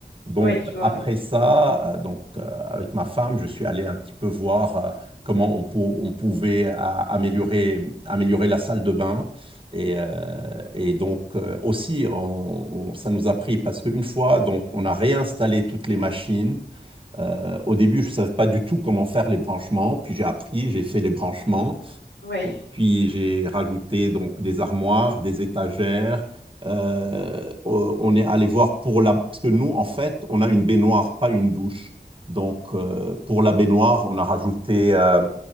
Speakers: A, on the right (about 30°); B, on the left (about 85°).
A: Donc
B: Oui, je vois.
A: après ça, euh, donc euh, avec ma femme, je suis allé un petit peu voir euh, comment on, pou- on pouvait euh, améliorer, améliorer la salle de bain. Et, euh, et donc euh, aussi, on- on- ça nous a pris parce qu'une fois, donc on a réinstallé toutes les machines. Euh, au début, je ne savais pas du tout comment faire les branchements, puis j'ai appris, j'ai fait les branchements.
B: Oui.
A: Et puis j'ai rajouté donc des armoires, des étagères. Euh, on est allé voir pour la... Parce que nous, en fait, on a une baignoire, pas une douche. Donc euh, pour la baignoire, on a rajouté euh,